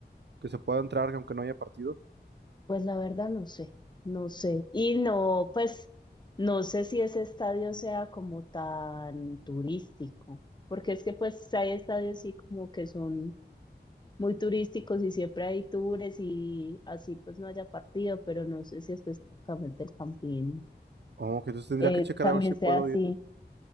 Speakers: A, on the right; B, on the left.
A: Que se pueda entrar aunque no haya partido.
B: Pues la verdad no sé, no sé. Y no, pues no sé si ese estadio sea como tan turístico, porque es que pues hay estadios sí como que son muy turísticos y siempre hay tours y así pues no haya partido, pero no sé si específicamente el Campín
A: Oh, que entonces tendría
B: eh,
A: que checar
B: también
A: a ver si puedo
B: sea así.
A: ir.